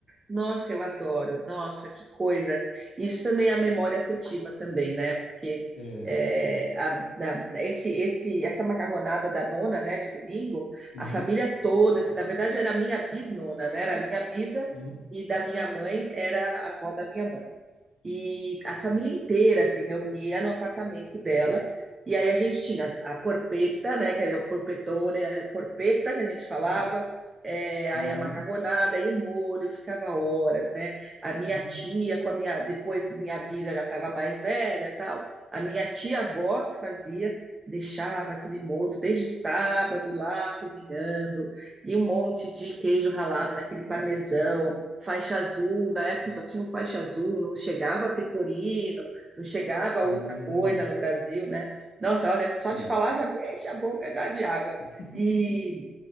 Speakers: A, on the right (about 25°); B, on the left (about 85°).
A: Nossa, eu adoro. Nossa, que coisa. Isso também é a memória afetiva também, né? Porque
B: É.
A: é, a- da- esse, esse, essa macarronada da nona, né, de domingo,
B: Uhum,
A: a família toda, assim, na verdade era a minha bisnona, né? Era a minha bisa
B: uhum,
A: e da minha mãe era a avó da minha mãe. e a família inteira se reunia no apartamento dela. E aí a gente tinha as- a porpeta, né, que é o porpetone, a porpeta que a gente falava,
B: <laughs> uhum,
A: é, aí
B: uhum,
A: a macarronada e o molho, ficava horas, né? A minha
B: uhum,
A: tia com a minha, depois minha bisa já estava mais velha, tal. A minha tia-avó que fazia, deixava aquele molho desde sábado lá cozinhando, e um monte de queijo ralado, naquele parmesão, faixa azul, na época só tinha o faixa azul, não chegava pecorino, não chegava
B: uhum,
A: outra coisa
B: uhum.
A: no Brasil, né? Nossa, olha, só
B: sim,
A: de falar já me enche a boca já de água.
B: <laughs>
A: E,